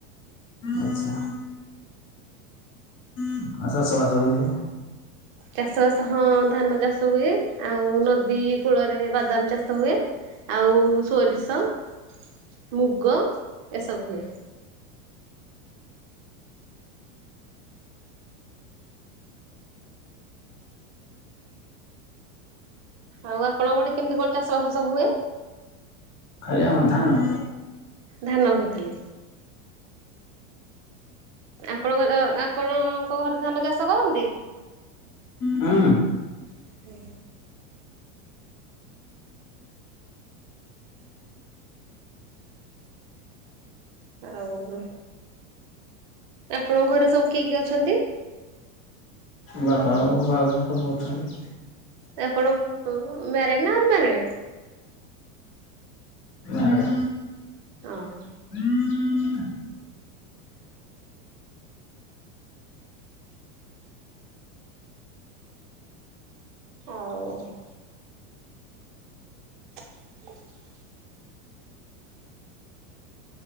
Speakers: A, on the left (about 30°); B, on the right (about 40°).
A: ଆଚ୍ଛା। <unintelligible>
B: ଚାଷ ବାସ ହଁ ଧାନ ଚାଷ ହୁଏ। ଆଉ ନଦୀ କୂଳରେ ବାଦାମ ଚାଷ ହୁଏ। ଆଉ ସୋରିଷ, <inaudible> ମୁଗ <inaudible> ଏସବୁ ହୁଏ। ଆଉ ଆପଣଙ୍କ ପଟେ କେମତି କଣ ଚାଷ ବାସ ସବୁ ହୁଏ?
A: ଖାଲି <inaudible> ଧାନ
B: ଧାନ ହୁଏ ଖାଲି? ଆପଣଙ୍କର ଆପଣଙ୍କ ଘରେ ଧାନ ଚାଷ କରନ୍ତି?
A: ହୁଁ।
B: <inaudible> ଆଉ ଉଁ ଆପଣଙ୍କ ଘରେ ସବୁ କିଏ କିଏ ଅଛନ୍ତି?
A: ବାପା, ବୋଉ, ଭାଉଜ ସବୁ ଅଛନ୍ତି।
B: ଏ ଆପଣ ମ୍ୟାରେଡ଼୍ ନା ଅନମ୍ୟାରେଡ଼୍?
A: ଗାଁ ଆଡେ
B: ହଁ।
A: <unintelligible>
B: <unintelligible> <unintelligible>